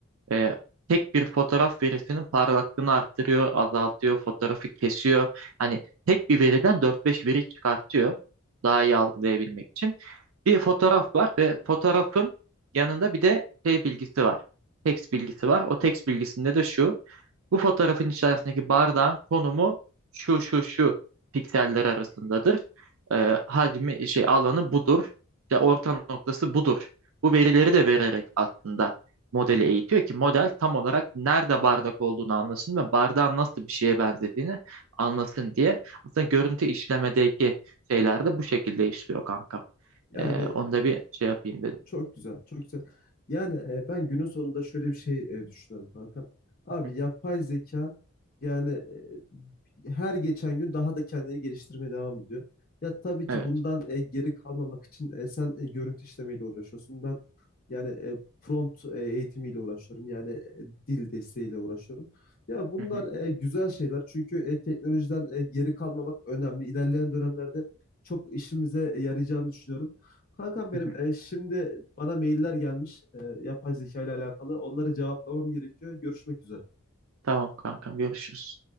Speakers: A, on the right; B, on the left.
A: E, tek bir fotoğraf verisinin parlaklığını arttırıyor, azaltıyor, fotoğrafı kesiyor. Hani tek bir veriden dört beş veri çıkartıyor daha iyi algılayabilmek için. Bir fotoğraf var ve fotoğrafın yanında bir de şey bilgisi var. Text bilgisi var. O text bilgisinde de şu. Bu fotoğrafın içerisindeki bardağın konumu şu şu şu pikseller arasındadır. Ee, hacmi şey alanı budur. İşte orta noktası budur. Bu verileri de vererek aslında modeli eğitiyor ki model tam olarak nerede bardak olduğunu anlasın ve bardağın nasıl bir şeye benzediğini anlasın diye. Aslında görüntü işlemedeki şeyler de bu şekilde işliyor kankam.
B: Yani
A: Ee,
B: e,
A: onu da bir şey yapayım dedim.
B: Çok güzel, çok güzel. Yani e, ben günün sonunda şöyle bir şey e, düşünüyorum kankam. Abi
A: Hı hı.
B: yapay zeka yani e, her geçen gün daha da kendini geliştirmeye devam ediyor. Ya tabii ki
A: Evet.
B: bundan e, geri kalmamak için e, sen e, görüntü işlemeyle uğraşıyorsun. Ben yani e, prompt e, eğitimiyle uğraşıyorum. Yani e, dil desteğiyle uğraşıyorum. Ya bunlar
A: Hı hı.
B: e, güzel şeyler çünkü e, teknolojiden e, geri kalmamak önemli. İlerleyen dönemlerde çok işimize e, yarayacağını düşünüyorum. Kankam benim
A: Hı hı.
B: e, şimdi bana mailler gelmiş e, yapay zeka ile alakalı. Onları cevaplamam gerekiyor. Görüşmek üzere.
A: Tamam kankam görüşürüz.